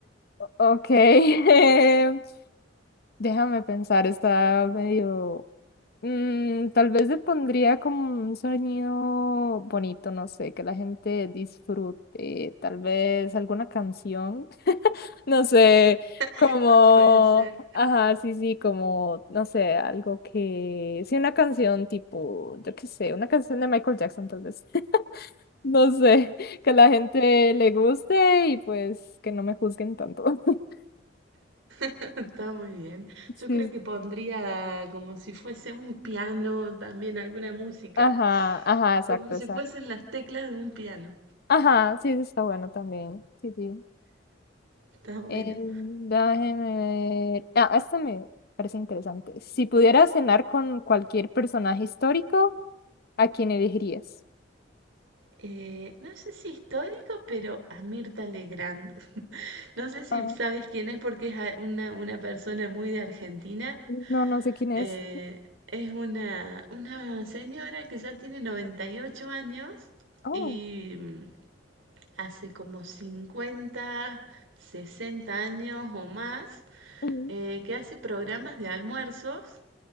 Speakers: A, on the left; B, on the right.
A: ok, <laughs> déjame pensar, está medio... Mm, tal vez le pondría como un sonido bonito, no sé, que la gente disfrute, tal vez alguna canción, <laughs> no sé, como,
B: <laughs> Puede ser.
A: ajá, sí, sí, como, no sé, algo que, sí, una canción tipo, yo qué sé, una canción de Michael Jackson tal vez, <laughs> no sé, que la gente le guste y pues que no me juzguen tanto. <laughs>
B: <laughs> Está muy bien. Yo
A: Sí,
B: creo que pondría como si fuese un piano, también alguna música,
A: ajá, ajá, exacto,
B: como si
A: exacto.
B: fuesen las teclas de un piano.
A: Ajá, sí, eso está bueno también, sí, sí.
B: Está bueno.
A: Eh, déjeme ver. Ah, esta me parece interesante. Si pudieras cenar con cualquier personaje histórico, ¿a quién elegirías?
B: Eh, no sé si histórico, pero a Mirta Legrand. <laughs> No sé si
A: Ah,
B: sabes quién es porque es a- una, una persona muy de Argentina.
A: no, no sé quién es.
B: Eh, es una, una señora que ya tiene 98 años
A: Oh,
B: y mm, hace como 50 60 años o más
A: ujú,
B: eh, que hace programas de almuerzos,